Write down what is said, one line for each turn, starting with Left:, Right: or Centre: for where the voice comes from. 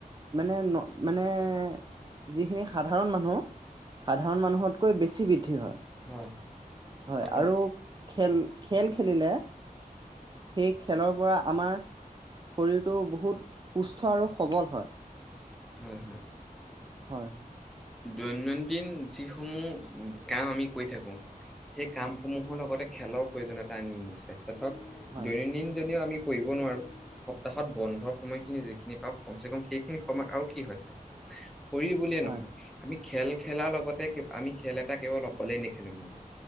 Right: মানে মানে যিখিনি সাধাৰণ মানুহ সাধাৰণ মানুহতকৈ বেছি বৃদ্ধি হয়,
Centre: হয় হয়
Right: হয়
Centre: আপোনাৰ
Right: আৰু খেল খেল খেলিলে সেই খেলৰ পৰা আমাৰ শৰীৰটো বহুত সুস্থ আৰু সবল হয়।
Centre: হয় হয়
Right: হয়
Centre: দৈনন্দিন যিসমূহ কাম আমি কৰি থাকোঁ, সেই কামসমূহৰ
Right: হয়
Centre: লগতে খেলৰ প্ৰয়োজনীয়তা আনম নিশ্চয়, ধৰক
Right: হয়
Centre: দৈনন্দিন জনিও আমি কৰিব নোৱাৰো সপ্তাহত বন্ধৰ সময়খিনি যিখিনি পাওক কমচে কম সেইখিনি সময়ত আৰু কি হয় চাওঁক শৰীৰ বুলিয়ে
Right: হয়
Centre: নহয় আমি খেল খেলাৰ লগতে আমি খেল এটা কেৱল অকলেই নেখেলো নিজে